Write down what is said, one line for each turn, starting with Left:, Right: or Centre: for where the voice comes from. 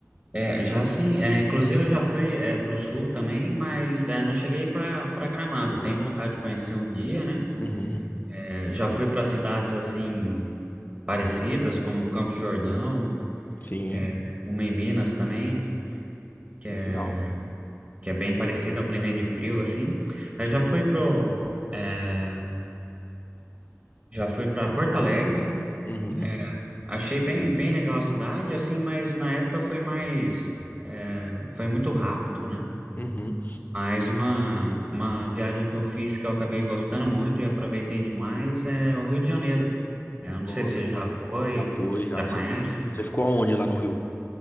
Right: É, já sim, é, inclusive eu já fui para o sul também, mas é, não cheguei para para Gramado. Tenho vontade de conhecer um dia, né?
Left: Uhum,
Right: É, já fui para cidades assim parecidas, como Campos do Jordão,
Left: sim,
Right: é, uma em Minas também, que é,
Left: legal.
Right: que é bem parecida, é um clima de frio assim. Eu
Left: Sim,
Right: já fui pro, é, já fui para Porto Alegre.
Left: uhum,
Right: é, Achei bem, bem legal a cidade, assim, mas na época foi mais, é, foi muito rápido, né?
Left: uhum.
Right: Mas uma, uma viagem que eu fiz que eu acabei gostando muito e aproveitei demais é o Rio de Janeiro. Eu não
Left: Pô,
Right: sei se
Left: legal.
Right: você já foi,
Left: Já foi, já.
Right: já conhece.
Left: Você você ficou aonde lá no Rio?